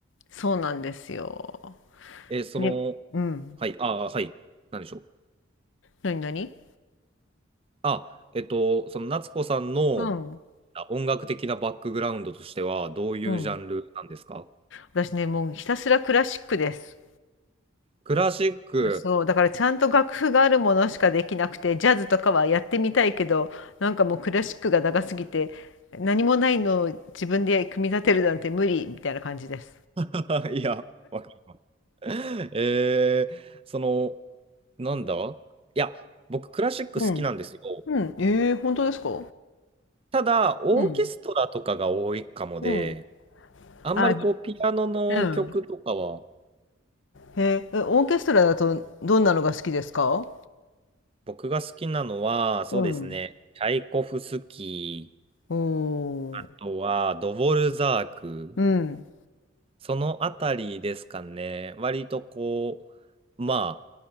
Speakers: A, on the left; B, on the right.
A: そうなんですよ。
B: えーその、
A: で、うん。
B: はい、あーはい、なんでしょう。
A: なになに
B: あ、えっと、その夏子さんの
A: うん。
B: あ音楽的なバックグラウンドとしては、どういうジャンルなんですか
A: うん。私ね、もうひたすらクラシックです。
B: クラシック。
A: そう、だからちゃんと楽譜があるものしかできなくて、ジャズとかはやってみたいけど、なんかもうクラシックが長すぎて、何もないのを自分で組み立てるなんて無理みたいな感じです。
B: <laughs> いや、わかんえー、その、なんだいや、僕、クラシック好きなんですよ。
A: うん。うん。ええ本当ですか
B: ただ、オーケストラとかが多いかもで、
A: うん。うん。
B: あんまりこう、
A: あ、う
B: ピアノの曲とかは、
A: ん、へえ、えオーケストラだとどんなのが好きですか
B: 僕が好きなのは、そうですね、
A: うん。
B: チャイコフスキー、
A: おお
B: あとはドボルザーク、
A: ー、うん、
B: そのあたりですかね、割とこう、ま